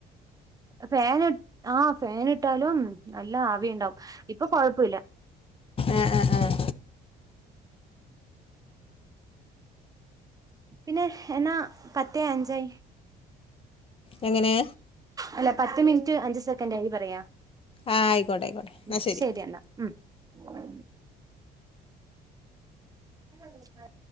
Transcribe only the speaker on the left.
ആഹ് ആഹ് ആഹ്
എങ്ങനെ
ആ ആയിക്കോട്ടെ ആയിക്കോട്ടെ എന്നാൽ
ശരി